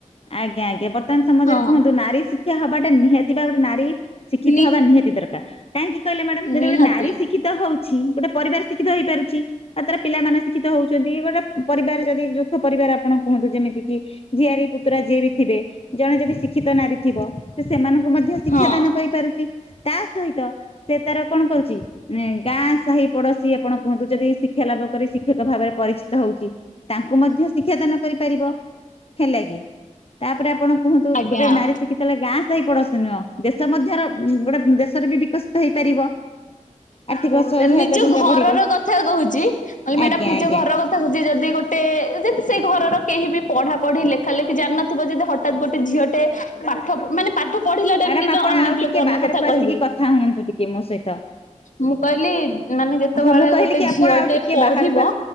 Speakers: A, on the left; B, on the left.
A: ଆଜ୍ଞା ଆଜ୍ଞା। ବର୍ତ୍ତମାନ ସମାଜରେ
B: ହଁ
A: କୁହନ୍ତୁ ନାରୀ ଶି ଶିକ୍ଷା ହବାଟା ନିହାତି ବା ଗୋଟେ ନାରୀ ଶିକ୍ଷିତ
B: ନି
A: ହବା ନିହାତି ଦରକାର। କାହିଁକି କହିଲ ମ୍ୟାଡ଼ାମ୍, ଯେତବଳେ
B: ନିହାତି
A: ଗୋଟେ ନାରୀ ଶି ଶିକ୍ଷିତ ହଉଛି। ଗୋଟେ ପରିବାର ଶିକ୍ଷିତ ହେଇପାରୁଛି। ଆଉ ତାର ପିଲାମାନେ ଶିକ୍ଷିତ ହଉଚନ୍ତି, ଗୋଟେ ପରିବାର ଯଦି ଯୌ ଥ ପରିବାର ଆପଣ କୁହନ୍ତୁ, ଯେମିତି କିି ଝିଆରୀ ପୁତୁରା ଯିଏ ବି ଥିବେ, ଜଣେ ଯଦି ଶିକ୍ଷିତ ନାରୀ ଥିବ। ତ ସେମାନଙ୍କୁ ମଧ୍ୟ ଶିକ୍ଷା
B: ହଁ
A: ଦାନ କରିପାରୁଛି, ତା ସହିତ ସେ ତାର କଣ କରୁଛି? ମାନେ ଗାଁ ସାହି ପଡୋଶୀ ଆପଣ କୁହନ୍ତୁ, ଯଦି ଶିକ୍ଷା ଲାଭ କରି ଶିକ୍ଷିତ ଭାବରେ ପରିଚିତ ହଉଛି, ତାଙ୍କୁ ମଧ୍ୟ ଶିକ୍ଷାଦାନ କରିପାରିବ। ହେଲାକି, ତା ପରେ ଆପଣ କୁହନ୍ତୁ
B: ଆଜ୍ଞା।
A: ଗୋଟେ ନାରୀ ଶିକ୍ଷିତ ହେଲେ ଗାଁ ସେଇ ପଡୋଶୀ ନୁହଁ ଦେଶ ମଧ୍ୟର ଗୋଟେ ଦେଶରେ ବି ବିକଶିତ ହେଇପାରିବ।
B: <unintelligible>
A: ଆର୍ଥିକ ସହାୟତା
B: ନିଜ
A: ଯୋଉଟା
B: ଘରର
A: ବଢିବ
B: କଥା କହୁଛି କହିଲି ମ୍ୟାଡାମ
A: ଆଜ୍ଞା
B: ନିଜ
A: ଆଜ୍ଞା
B: ଘରର କ ଥା କହୁଛି ଯଦି ଗୋଟେ ଯଦି ସେଇ ଘର କେହି ବି ପଢା ପଢି ଲେଖା ଲେଖି ଜାଣିିନଥିବ ଯଦି ହ ଠାତ ଗୋଟେ ଝିଅଟେ ପାଠ ମାନେ ପାଠ ପଢିଲା
A: ମ୍ୟାଡାମ
B: ଟାଇମରେ
A: ଆପଣ
B: <unintelligible> ଅନେକ
A: ଆଉ ଟିକେ
B: ଲୋକ ଅନେକ
A: ବାହାରକୁ
B: କଥା
A: ଆସିକି
B: କହିବେ।
A: କଥା ହୁଅନ୍ତୁ ଟିକେ ମୋ ସହିତ
B: ମୁଁ କହିଲି ମାନେ ଯେତେବେଳେ
A: ହଁ ମୁଁ କହିଲି
B: ଗୋଟେ
A: କି ଆପଣ
B: ଝିଅ
A: ଆଉ
B: ଟେ
A: ଟିକେ
B: ପଢିବ
A: ବାହାରକୁ